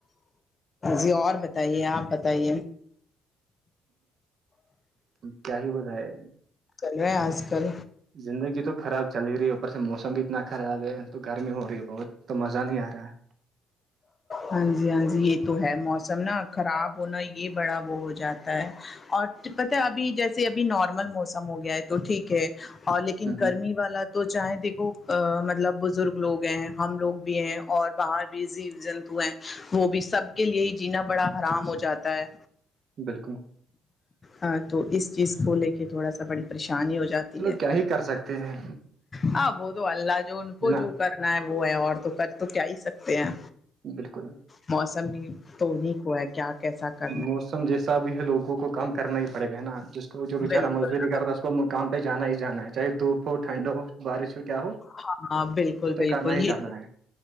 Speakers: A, on the left; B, on the right.
A: جی اور بتائیے آپ بتائیے
B: کیا ہی بتائے
A: چل رہا ہے آج کل
B: زندگی تو خراب چل ہی رہی ہے اوپر سے موسم بھی اتنا خراب ہے تو گرمی ہو رہی ہے بہت تو مزہ نہیں آ رہا ہے
A: ہاں جی ہاں جی یہ تو ہے موسم نا خراب ہونا یہ بڑا بہت جاتا ہے اور پتا ابھی جیسے ابھی نارمل موسم ہو گیا ہے تو ٹھیک ہے اور لیکن
B: ہے
A: لیکن گرمی
B: ہ
A: والا تو چاہے دیکھو مطلب بزرگ لوگ ہیں ہم لوگ بھی ہیں اور باہر بھی جی جن وہ بھی سب کے لیے ہی جینا بڑا حرام ہو جاتا ہے
B: بالکل
A: ہ تو اس چیز کو لے کے تھوڑا سا بڑی پریشانی ہو جاتی
B: چلو
A: ہے
B: کیا ہی کر سکتے ہیں
A: ہاں وہ تو اللہ جو ان
B: ہے
A: کو
B: نا
A: جو کرنا ہے وہ ہے اور تو کر تو کیا ہی سکتے ہیں
B: بالکل
A: موسم بھی تو نہیں ہوا ہے کیا کیسا کرنا
B: موسم جیسا بھی ہے لوگوں کو کام کرنا ہی پڑے گا ہے نا جس کو
A: ہے۔
B: جو بچارا
A: بالکل
B: مزدوری کرتا کو مکام پہ جانا ہی جانا ہے چاہے دھوپ ہو ٹھنڈ ہو بارش ہو کیا ہو
A: ہاں ہاں بالکل
B: کو تو
A: بالکل
B: کرنا ہی
A: یہ
B: کرنا
A: ت
B: ہے